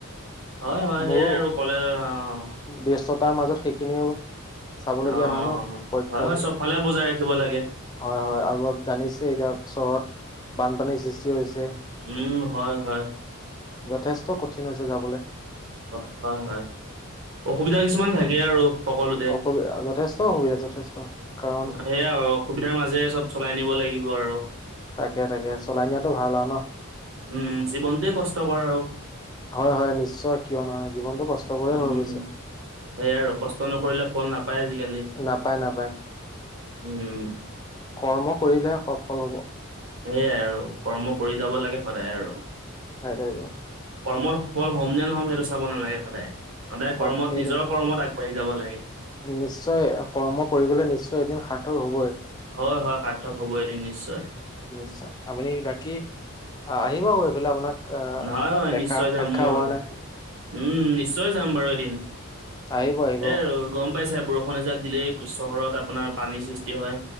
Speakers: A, on the right; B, on the left.
A: হয় হয়
B: মোৰো
A: সেইয়াই আৰু কলে অ' অ'
B: ব্যস্ততাৰ মাজত সেইখিনিও চাবলগীয়া
A: অ
B: হয় ন পৰীক্ষাৰ
A: হয় হয়
B: বাবে
A: চব ফালে বজাই ৰাখিব লাগে।
B: হয় হয় আৰু জানিছে এতিয়া চহৰত বানপানীৰ সৃষ্টি হৈছে।
A: উম, হয় হয়।
B: যথেষ্ট কঠিন হৈছে যাবলৈ।
A: হয়, হয়, হয়। অসুবিধা কিছুমান থাকে আৰু সকলোতে।
B: অসুবিধা যথেষ্ট অসুবিধা যথেষ্ট কাৰণ
A: অ সেয়াই আৰু অসুবিধাৰ মাজেৰে চব চলাই নিব লাগিব আৰু
B: তাকে-তাকে চলাই নিয়াতো ভাল আৰু ন।
A: উম উম, জীৱনটোৱেই কষ্টকৰ আৰু
B: হয়-হয়, নিশ্চয় কিয় নহয় জীৱনটো কষ্ট কৰে
A: উম উ
B: হৈ
A: উ
B: গৈছে
A: উ, সেইয়া আৰু কষ্ট নকৰিলে ফল নাপায় আজিকালি।
B: নাপায়-নাপায়।
A: উম উ উ উ।
B: কৰ্ম কৰিলেহে সফল হব।
A: সেয়াই আৰু কৰ্ম কৰি যাব লাগে সদায় আৰু
B: হয় দে আৰু
A: কৰ্মত সফল হ'ম নে নহ'ম সেইটো চাব নালাগে সদায়-সদায়
B: হয়
A: কৰ্মত
B: সেইটোৱেটো
A: নিজৰ কৰ্মত আ বাঢ়ি যাব লাগে।
B: নিশ্চয় কৰ্ম কৰিবলৈ নিশ্চয় এদিন সাৰ্থক হবই।
A: হয়-হয় সাৰ্থক হব এদিন নিশ্চয়।
B: নিশ্চয়, আপুনি কি কয়? বাকী আহিব আকৌ এইফালে আপোনাক আহ
A: নহয় হয় হয়
B: দেখা
A: নিশ্চয়
B: সাক্ষা
A: যাম মই
B: হোৱা নাই।
A: উম উ উ, নিশ্চয় যাম বাৰু এদিন
B: আহিব আহিব
A: এ আৰু গম পাইছাই বৰষুণ বৰষুণ এজাক দিলেই চহৰত আপোনাৰ পানীৰ সৃষ্টি হয়।